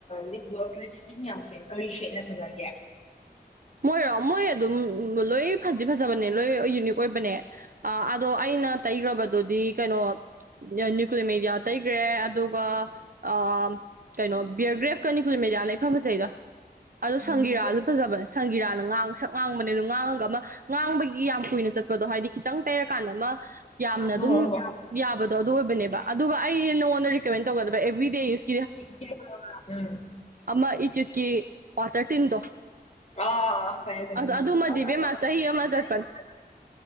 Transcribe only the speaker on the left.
ꯂꯤꯞ ꯒ꯭ꯂꯣꯁ ꯂꯤꯞ ꯏꯁꯇꯤꯛ ꯃꯌꯥꯝꯁꯦ ꯀꯔꯤ ꯁꯦꯠꯅ ꯐꯖꯒꯦ
ꯎꯝ
ꯍꯣ
ꯍꯣ
<unintelligible> ꯎꯝ
ꯑꯥ
<unintelligible>